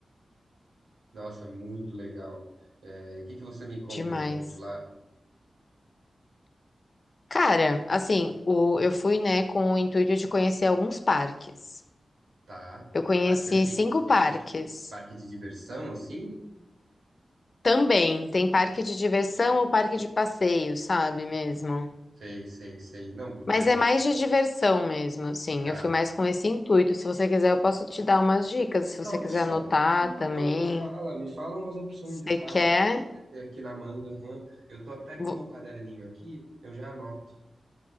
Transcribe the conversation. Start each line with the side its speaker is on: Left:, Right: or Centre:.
Right: Nossa, muito legal. É, o que que você me conta
Left: demais.
Right: de bom de lá?
Left: Cara, assim, o- eu fui, né, com o intuito de conhecer alguns parques.
Right: Tá.
Left: Eu conheci
Right: Parque assim,
Left: cinco
Right: que
Left: parques.
Right: sentido? Parque de diversão, assim?
Left: Também tem parque de diversão ou parque de passeio, sabe mesmo?
Right: Sei, sei, sei. Não, porque
Left: Mas
Right: às
Left: é
Right: vezes.
Left: mais de diversão mesmo, assim.
Right: Tá.
Left: Eu fui mais com esse intuito. Se você quiser, eu posso te dar umas dicas. Se
Right: Nossa,
Left: você quiser anotar
Right: por favor,
Left: também.
Right: me fala, me fala umas opções
Left: Se
Right: de
Left: você
Right: parque
Left: quer,
Right: para poder ter aqui na manga. hã? Eu tô até com
Left: vo-
Right: meu caderninho aqui, eu já anoto.